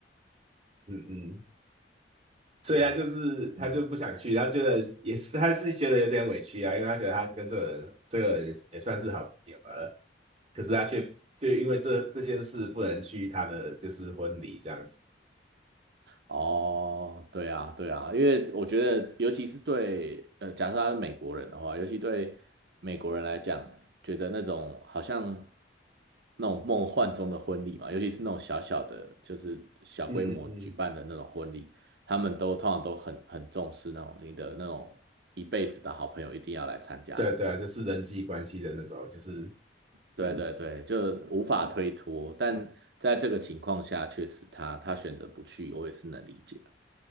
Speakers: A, on the right (about 35°); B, on the right (about 65°).
A: 嗯嗯，所以他就是他就不想去，
B: 哇，嗯。
A: 他觉得也是，他是觉得有点委屈啊，因为他觉得他跟这个人这个人也算是好朋友了，可是他却就因为这这件事不能去他的就是婚礼这样子。
B: 哦，对啊，对啊，因为我觉得，尤其是对，呃，假设他是美国人的话，尤其对美国人来讲，觉得那种好像那种梦幻中的婚礼嘛，尤其是那种小小的，就是小规模举办的那种婚礼，
A: 嗯嗯嗯，
B: 他们都通常都很很重视那种你的那种一辈子的好朋友一定要来参加的，
A: 对啊对啊，就是人际关系的那种，就是
B: 对对对，就无法推脱。但在这个情况下，确实他他选择不去，我也是能理解的。